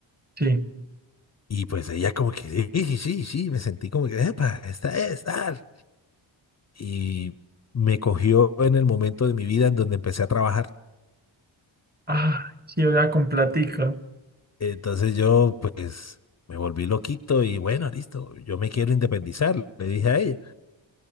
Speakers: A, on the right (about 20°); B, on the left (about 35°).
A: sí.
B: Y pues ella como que, sí, sí, sí, sí", me sentí como que, epa, esta es, tal. y me cogió en el momento de mi vida en donde empecé a trabajar.
A: Ah, sí, era con platica.
B: Entonces yo pues me volví loquito y bueno, listo, yo me quiero independizar, le dije a ella.